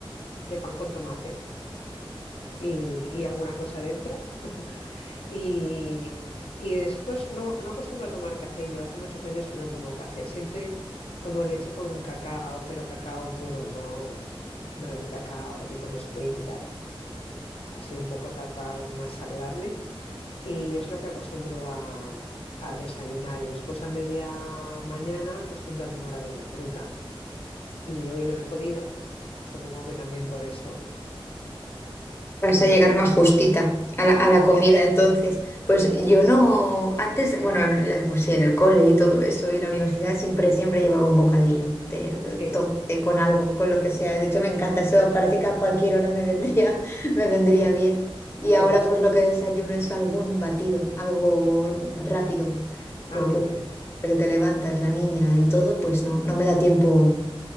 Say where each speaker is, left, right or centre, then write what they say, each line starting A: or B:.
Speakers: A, on the left (about 85°); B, on the left (about 25°).
A: de pan con tomate y, y alguna cosa dentro. Y, y después no, no acostumbro a tomar café yo, hace muchos años que no tomo café, siempre tomo leche con cacao, pero cacao puro, no, no el cacao tipo Nesquik y tal, así un poco cacao más saludable y es lo que acostumbro a, a desayunar y después a media mañana acostumbro a tomar algo de fruta y hoy no he podido, supongo que también por eso
B: Vas
A: tengo
B: a
A: más
B: llegar
A: hambre.
B: más justita a la, a la comida, entonces. Pues
A: Seguro.
B: yo no, antes, bueno, en- pues sí, en el cole y todo eso, y la universidad siempre, siempre llevaba un bocadillo de eh,
A: Sí,
B: tomate con algo, con lo que sea. De hecho, me encanta eso, parece que a cualquier hora me vendría, <laughs> me vendría
A: sí,
B: bien. Y
A: sí.
B: ahora pues lo que desayuno es algún batido, algo rápido,
A: Ah,
B: porque
A: muy bien,
B: que te levantas, la niña y todo, pues no, no me da tiempo